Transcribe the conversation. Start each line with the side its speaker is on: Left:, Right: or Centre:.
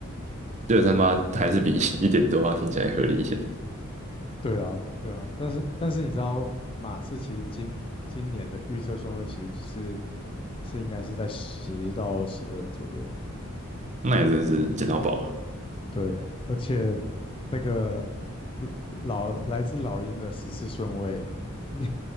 Right: 六三八还是比一点多八听起来合理一些，
Left: 对啊，对啊，但是但是你知道马刺其实今今年的预测顺位其实是是应该是在十到十二左右，
Right: 那也真是捡到宝啊，
Left: 对，而且那个呃老来自老鹰的十四顺位，<laughs> 因